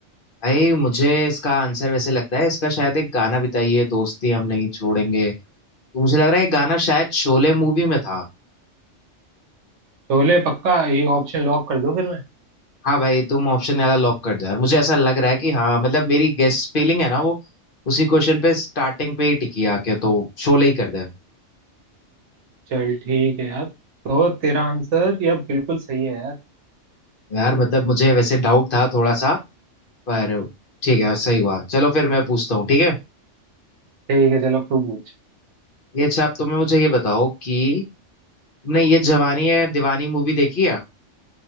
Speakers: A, on the left; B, on the right.
A: भाई मुझे इसका आंसर वैसे लगता है इसका शायद एक गाना भी था ये दोस्ती हम नहीं छोड़ेंगे तो मुझे लग रहा है ये गाना शायद शोले मूवी में था
B: छोले पक्का ये ऑप्शन लॉक कर दो फिर मैं
A: हाँ भाई तुम ऑप्शन वाला लॉक कर दो यार मुझे ऐसा लग रहा है कि हाँ मतलब मेरी गेस फीलिंग है ना वो उसी क्वेश्चन पे स्टार्टिंग पे ही टिकी आके तो शोले ही कर दे
B: चल ठीक है यार तो तेरा आंसर ये बिल्कुल सही है यार
A: यार मतलब मुझे वैसे डाउट था थोड़ा सा पर ठीक है सही हुआ चलो फिर मैं पूछता हूँ ठीक है
B: ठीक है चल अब तू पूछ
A: ये अच्छा आप तुम्हें मुझे ये बताओ कि तुमने ये जवानी है दीवानी मूवी देखी है